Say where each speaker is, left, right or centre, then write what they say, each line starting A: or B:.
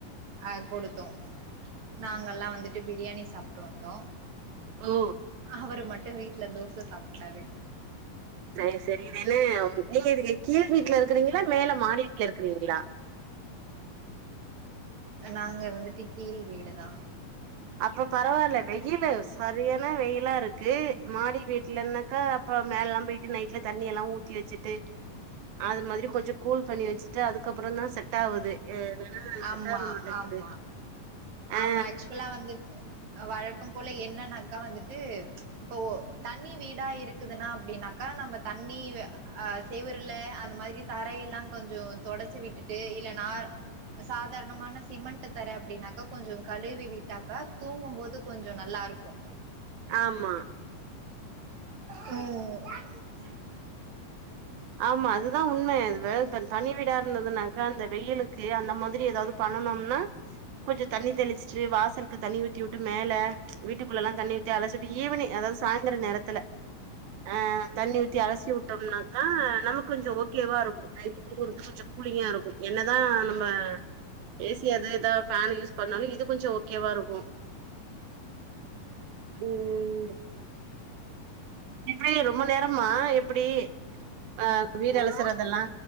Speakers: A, on the right (about 55°); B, on the right (about 80°).
A: ஆ கொடுத்தோ நாங்கல்லா வந்துட்டு பிரியாணி சாப் ட்டு வந்தோ
B: ஓ
A: அவரு மட் டு வீட்ல தோச சாப்ட்டாரு
B: சேரி சேரி இதென்ன மு நீங்க இதுக்கு கீழ் வீட்ல இருக்குறீங்களா மேல மாடி வீட்ல இருக்குறீங்களா
A: நாங்க வந்துட்டு கீழ் வீடுதா
B: அப்ப பரவால்ல வெயிலு சரியான வெயிலா இருக்கு மாடி வீட்லனாக்க அப்ப மேலல்லா போய் டு நைட்ல தண்ணி எல்லா ஊத்தி வச்சிட்டு அது மாதிரி கொஞ்ச கூல் பண்ணி வச்சிட்டு அதுக் கப்பறோ தா செட் ஆவுது இல்லன்னா செட்
A: ஆமா
B: ஆக மாட்டேங்குது
A: ஆமா
B: ஆ
A: ஆமா ஆக்சுவலா வந் வழக்கம் போல என்னன்னாக்கா வந்துட்டு இப்போ தண்ணி வீடா இருக்குதுன்னா அப்டின்னாக்கா நம்ம தண்ணி ஆ செவுருல அந்த மாதிரி தரைய எல்லா கொஞ்சம் தொடச்சி விட்டுட்டு இல்ல நா சாதாரணமான சிமெண்ட் தர அப்படின்னாக்கா கொஞ்சோ கழுவி விட்டாக்கா தூங்கும் போது கொஞ்சோ நல்லாருக்கு
B: ஆமா
A: ம்
B: ஆமா அதுதா உண்ம அது வே தனி வீடா இருந்ததுனாக்கா அந்த வெயிலுக்கு அந்த மாதிரி ஏதாவது பண்ணுனோம்னா கொஞ்ச தண்ணி தெளிச்சிட்டு வாசலுக்கு தண்ணி ஊத்தி விட்டு மேல வீட்டுக்குள்ளல்லா தண்ணி ஊத்தி அலசீட்டு ஈவினிங் அதாவது சாயிந்தர நேரத்துல ஆ தண்ணி ஊத்தி அலசி உட்டோம்னாக் ஆ நமக்கு கொஞ்ச ஓகேவா இருக்கும் நைட் தூங்கறதுக்கு கொஞ்சம் கூலிங்கா இருக்கும் என்னதா நம்ம ஏ சி அது இதா ஃபேன் யூஸ் பண்ணாலு இது கொஞ்சம் ஓக் க்கேவா இருக்கு ம் ம் எப்புடி ரொம்ப நேரமா எப்புடி ஆ வீடு அலசுறதெல்லா
A: ம்